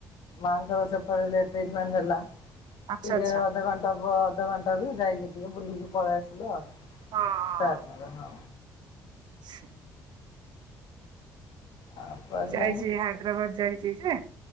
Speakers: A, on the left (about 65°); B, on the right (about 65°).
A: ମାଙ୍କର ସେପିଲେ ଟ୍ରିଟମେଣ୍ଟ ହେଲାେ
B: ଆଚ୍ଛା ଆଚ୍ଛା ହଁ
A: ଅଧଘଣ୍ଟା ଦବ ଅଧଘଣ୍ଟା ରୁ ଯାଇକି ଟିକେ ବୁଲିକି ପଳେଇ ଆସିଲୁ ଆଉ
B: ହଁ।
A: ସାର୍ ହଁ
B: <inaudible>
A: ଆଉ କୁଆଡେ
B: ମୁଁ ଯାଇଛି
A: ଯାଇନି
B: ହାଇଦ୍ରାବାଦ ଯାଇଛି ଯେ